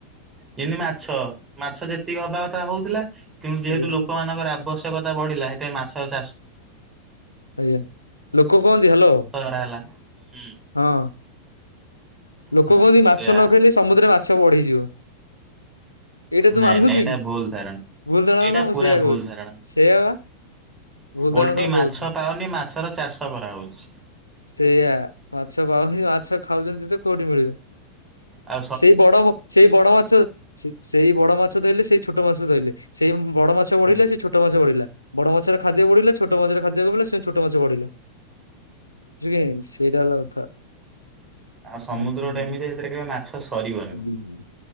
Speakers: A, on the right; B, on the left.
A: ଯେମନି ମାଛ, ମାଛ ଯେତିକି ହବା କଥା ହଉଥିଲା। କିନ୍ତୁ ଯେହେତୁ
B: ଆଜ୍ଞା
A: ଲୋକମାନଙ୍କର ଆବଶ୍ୟକତା ବଢିଲା ସେଥିପାଇଁ ମାଛ ଚାଷ
B: ଆଜ୍ଞା ଲୋକ କୁହନ୍ତି ହ୍ୟାଲୋ
A: ତଗରା ହେଲା ହୁଁ।
B: ହଁ ଲୋକ
A: ହଁ
B: କୁହନ୍ତି ମାଛ
A: ସେଆ
B: ନ ଖାଇଲେ ସମୁଦ୍ରରେ ମାଛ ବଢିଯିବ। ଏଇଟା ତୁ
A: ନାଇଁ
B: ମାନୁଚୁ
A: ନାଇଁ ଏଇଟା
B: କି
A: ଭୁଲ ଧାରଣା।
B: ଭୁଲ ଧାରଣ
A: ଏଇଟା
B: ନା
A: ପୁରା
B: ମୁଁ ସେଇଆ
A: ଭୁଲ
B: କହୁଚି
A: ଧାରଣା
B: ସେଇଆ ବା। ଭୁଲ୍
A: ଓଲଟି
B: ଧାରଣା ତ ମୁଁ
A: ମାଛ
B: କହୁଚି।
A: ପାଉନି ମାଛର ଚାଷ କରାହଉଛି।
B: ସେଇୟା ମାଛ ପାଉନି ମାଛ ଖାଉଛନ୍ତି ତ କୋଉଠି ମିଳିବ?
A: ଆ
B: ସେଇ ବଡ ମ ସେଇ ବଡ ମାଛ। ସେ ସେଇ ବଡ ମାଛ ଧଇଲେ ସେଇ ଛୋଟ ମାଛ ଧଇଲେ ସେଇ ବଡ ମାଛ
A: ହଁ
B: ବଢିଲେ ସେଇ ଛୋଟ୍ ଟୋ ମାଛ ବଢ଼ିଲା ବଡ଼ ମାଛରେ ଖାଦ୍ୟ ବଢିଲା ଛୋଟ ମାଛର ଖାଦ୍ୟ ବଢ଼ିଲା ସେ ଛୋଟ ମାଛ ବଢ଼ିଲେ। ଜିକାଇଁ ସେଇରା ହେଲା କଥା।
A: ଆ ସମୁଦ୍ରଟେ
B: ହୁଁ ହୁଁ।
A: ଏମିତିଯେ ସେଥିରେ କେବେ ମାଛ ସରିବନି,
B: କହୁନୁ